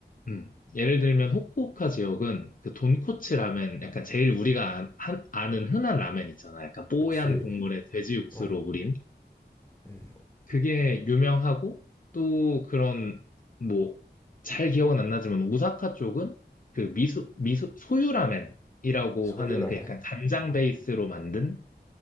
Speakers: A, on the left (about 50°); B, on the left (about 15°).
A: 음, 예를 들면 후쿠오카 지역은 그 돈코츠 라멘, 약간 제일 우리가 아, 한, 아는 흔한 라멘 있잖아. 약간 뽀얀
B: 그렇지.
A: 국물에 돼지 육수로
B: 어,
A: 우린.
B: 음,
A: 그게 유명하고 또 그런 뭐 잘 기억은 안 나지만 오사카 쪽은 그 미소 미소 소유 라멘이라고
B: 소유
A: 하는
B: 라면.
A: 그 약간 간장 베이스로 만든